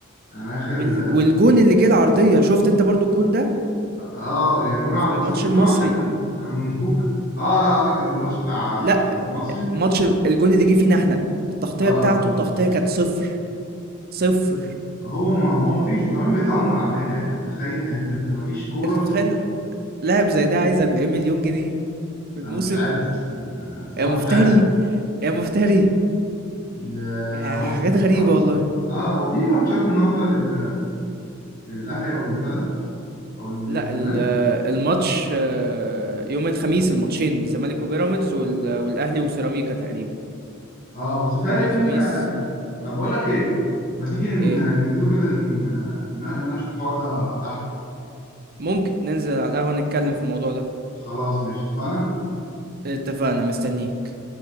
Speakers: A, on the left; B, on the right.
A: أنا آخر
B: وال... والجون اللي جه العرضية شفت انت برضو الجون ده
A: اه آه، يعني جون عبد
B: في
A: بس
B: ماتش
A: جون
B: المصري
A: عبد ده كان كان من كوكا اه لا قصدك الماتش بتاع
B: لا
A: المصري
B: ماتش الجون اللي جه فينا احنا التغطيه
A: اه
B: بتاعته
A: اه
B: التغطيه كانت صفر صفر
A: هو ما هو ما فيش وكمان بيتأمر على النادي يعني انت متخيل يعني انت انت ما فيش كورة
B: انت متخيل لاعب زي ده عايز 40 مليون جنيه في
A: انا
B: الموسم
A: مش عارف الصراحة
B: يا مفتري
A: مش عارف
B: يا مفتري
A: ال-
B: يا
A: هو
B: حاجات
A: في
B: غريبه
A: اه
B: والله
A: آه، هو في ماتشات النهارده لل للاهلي او البتاع ده او للزمالك
B: لا ال- الماتش آه، يوم الخميس الماتشين الزمالك وبيراميدز وال- والاهلي وسيراميكا تقريبا
A: اه بس بيتهيألي
B: يوم الخميس
A: فيها طب بقول لك ايه ما تيجي ن-
B: ايه
A: ننزلوا كده ن- نناقش الحوار ده تحت
B: ممكن ننزل على القهوه نتكلم في الموضوع ده
A: خلاص ماشي اتفقنا
B: اتفقنا مستنيك